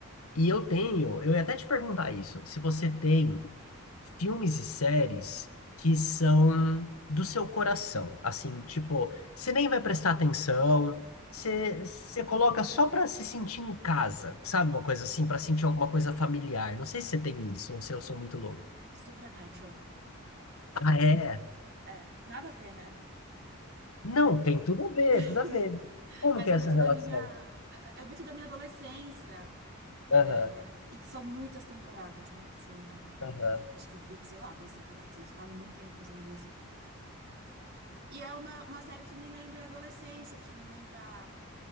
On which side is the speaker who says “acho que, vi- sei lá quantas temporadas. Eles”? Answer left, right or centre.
Right